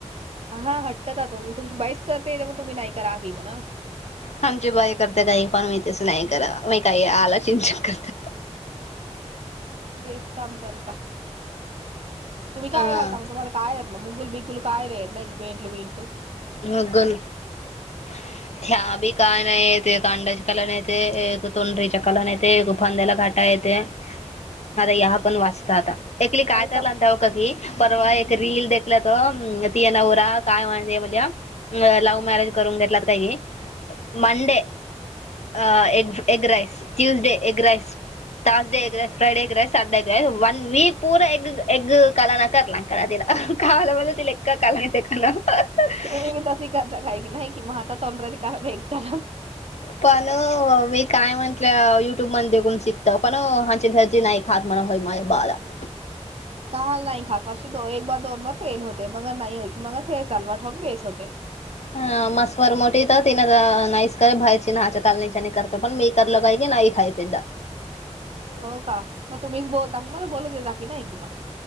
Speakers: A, on the right (about 55°); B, on the left (about 70°).
A: हा हटकत त तुमची बाईस करतेे पण तुम्ही नाही करा की म्हण.
B: आमची बाई करते का पण मी तस नाही करा मी काही आला चिंतन करत <unintelligible>
A: हेच काम करता तुम्ही काय
B: हा
A: घालता मग तुम्हाला काय मग मुगल बिगुल काय नाही आहेत नाही पेंटू पिंटलू <unintelligible>
B: मगन <unintelligible> थ्याहाबी का नाही ते अंड्यांच कालान येतेनाही एक तोंनरीच कलन नाहीते एक पंदला घाटाते. <unintelligible> अरे याहा पण वाचता आता एकली काय
A: अरे
B: करला
A: प
B: <unintelligible> कधी परवा एक रील देखला त तिया नवरा काय म्हणत म्हल्या. <unintelligible> अ लव्हमॅरेज करून घेतलात काही मंडे. अ egg egg rice Tuesday egg rice. Thursday egg rice Friday egg rice सडे क वन वीक पूरा एग एग कला ना, करला <unintelligible> क तला का आ ब त ए कालणीकण. <unintelligible>
A: तुम्ही बी तशी करता काय की नाही की महाता तोंडराज वेगता. <unintelligible>
B: पण मी काय म्हंटलं युट्यूब मन देखुन शिकत पण हाचे घरच नाही. <unintelligible> हातमारा होय माझ बाला. <unintelligible>
A: काल नाही खासप दो एक बार दोन बार फेल होते मग नाही हो की मग हे लव ठेवून बेस होते. <unintelligible>
B: अ मस्वरर मोठी तर तिन नाहीसकर बाहेची ना, हच्या कालनीच्या करत. <unintelligible> तर पण मी करलं काही की नाही खाय पेद्दा. <unintelligible>
A: हो का म तुम्हीच बोलता की मला बोलू देता की नाही कि म.